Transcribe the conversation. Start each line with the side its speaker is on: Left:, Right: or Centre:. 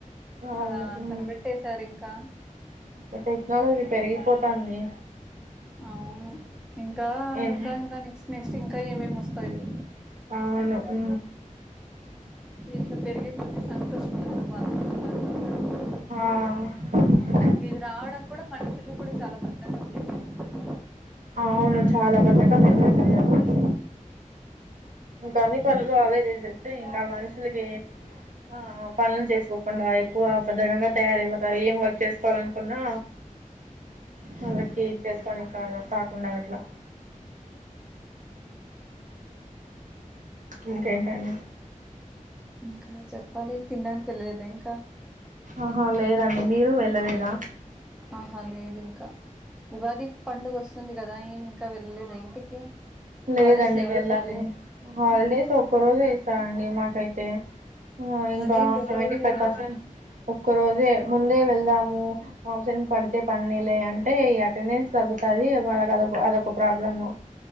Right: అవును
Centre: అలా
Right: ఉ
Centre: కనిపెట్టేశారు ఇంకా
Right: ఇంకా టెక్నాలజీ పెరిగిపోత్ పన్ని
Centre: అవును ఇంకా
Right: ఏం
Centre: ఇంకా ఇంకా నెక్స్ట్ మేన్ సిన్ కా ఏం ఏం వస్తాయో
Right: అవును ఉ
Centre: ఇట్లా పెరిగే కొద్ది సంతోషపడారు బ
Right: ఆ
Centre: ఇది రావడం కూడా మనుషుల్ని కూడా చాలా బద్దకం చేసేసింది అక్క
Right: అవును చాలా బద్దకం చేసేసింది అందరిని ఇంకా అన్ని పనులు అవే చేసేస్తే ఇంకా మనుషులకి ఆ పనులు చేసుకోకుండా ఎక్కువ బద్ధకంగా తయారైపోతారు ఏం వర్క్ చేసుకోవాల అనుకున్నా వాళ్ళకి చేసుకోనికి కాన్ కాకుండా అట్లా ఇంకేంటండి
Centre: ఇంకా చెప్పాలి తినడానికి వెళ్ళలేద ఇంకా
Right: ఆహా లేదండి మీరు వెళ్ళలేదా
Centre: ఆహా లేదు ఇంకా ఉగాది పండుగ వస్తుంది కదా ఏమి ఇంకా వెళ్ళలేదా ఇంటికి
Right: లేదండి
Centre: హాలిడేస్ లేవా
Right: వెళ్ళాలి
Centre: మీకు
Right: హాలిడేస్ ఒక్క రోజు ఇస్తారు అండి మాకైతే ఆ ఇంకా
Centre: అదేంటి ఒక
Right: సెవెంటీఫైవ్
Centre: రోజేనా
Right: పర్సెంట్ ఒక రోజే ముందే వెళ్దాము అబ్సెంట్ పడితే పన్నీలే అంటే ఈ అటెండెన్స్ తగ్గుతాది వాళ్ళకి అదొ అదొక ప్రాబ్లము